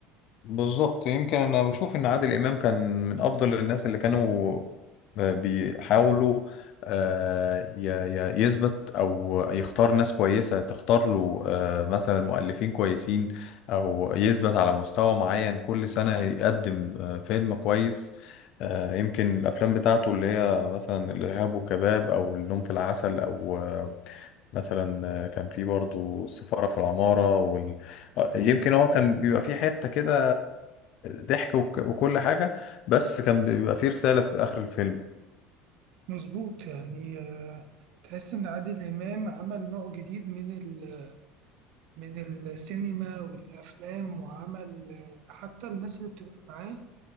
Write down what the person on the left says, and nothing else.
بالظبط يمكن انا بشوف ان عادل امام كان من افضل الناس اللي كانوا بيحاولوا آه، ي- ي- يثبت او يختار ناس كويسه تختار له آه، مثلا مؤلفين كويسين او يثبت على مستوى معين كل سنه يقدم آه، فيلم كويس آه، يمكن الافلام بتاعته اللي هي مثلا الارهاب والكباب او النوم في العسل او آه، مثلا آه، كان في برضو السفاره في العماره وال... آه، يمكن هو كان بيبقى في حته كده ضحك وك- وكل حاجة بس كان بيبقى فيه رسالة في آخر الفيلم